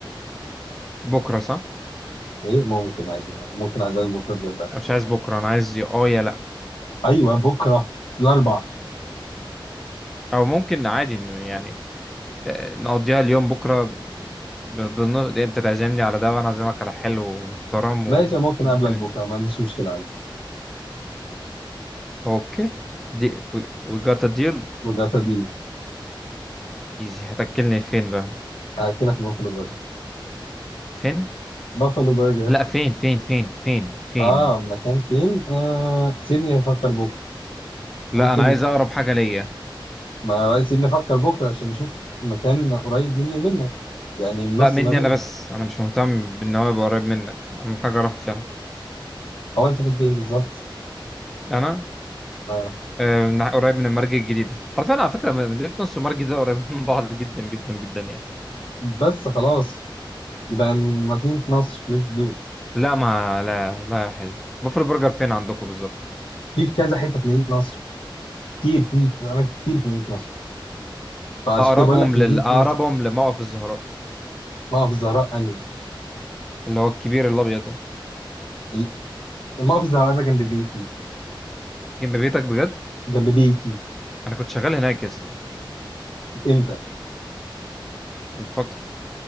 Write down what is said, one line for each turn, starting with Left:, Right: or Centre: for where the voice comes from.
Centre: بكرة صح؟
Left: ايه ممكن عادي آه. ممكن اعزمك بكره بجد
Centre: أنا مش عايز بكرة أنا عايز يا آه يا لأ
Left: ايوه بكره الاربع
Centre: أو ممكن عادي يعني آه، نقضيها اليوم بكرة ب- بالنص انت تعزمني على ده وانا اعزمك على حلو ومحترم
Left: ماشي
Centre: و...
Left: ممكن
Centre: والدنيا
Left: اقابلك بكره
Centre: ت-
Left: ما عنديش مشكله عادي
Centre: اوكي دي وي جات ديل
Left: وجاتا دي
Centre: ايزي هتاكلني فين بقى
Left: هاكلك بافلو برجر
Centre: فين
Left: بافلو برجر
Centre: لا فين فين فين فين فين
Left: اه مكان فين آه سيبني افكر بكره
Centre: لا
Left: ممكن
Centre: انا عايز اقرب حاجه ليا
Left: ما بس نفكر بكره عشان نشوف مكان قريب مني ومنك يعني من النص
Centre: لا مني
Left: ما بيننا
Centre: انا بس انا مش مهتم بان هو يبقى قريب منك اهم حاجه راحتي انا
Left: هو انت كنت فين بالظبط
Centre: انا
Left: آه.
Centre: آه، من- قريب من المرج الجديده حرفيا على فكره مدينه نص والمرج ده قريب من بعض جدا جدا جدا يعني
Left: بس خلاص يبقى مدينه نصر ليتس دو ات
Centre: لا ما لا لا يا حلو بوفلو برجر فين عندكم بالظبط
Left: في في كذا حته في مدينه نصر كتير في في اماكن كتير في مدينه نصر فعشان
Centre: اقربهم
Left: كده بقول لك مدينه
Centre: لل اقربهم
Left: نصر
Centre: لموقف الزهراء
Left: موقف الزهراء انهي
Centre: اللي هو الكبير الابيض ده
Left: ال- موقف الزهراء ده جنب بيتي
Centre: جنب بيتك بجد
Left: جنب بيتي
Centre: انا كنت شغال هناك يا اسطى
Left: امتى
Centre: من فتره